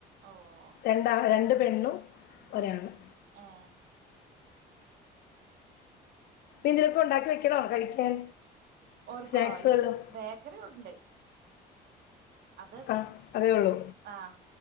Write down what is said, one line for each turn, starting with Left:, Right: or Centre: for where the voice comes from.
Right: ഓഹ്
Left: രണ്ടാ രണ്ട് പെണ്ണും ഒരാണും
Right: ഉം ആഹ്
Left: <unintelligible> ക്കെ ഉണ്ടാക്കി വെക്കണോ കഴിക്കാൻ
Right: ഓർക്കോ
Left: സ്നാക്സ് വല്ലതും
Right: ഇല്ല ബേക്കറി ഉണ്ട് അത് മതി
Left: ആഹ് അതേ ഉള്ളൂ
Right: ആഹ്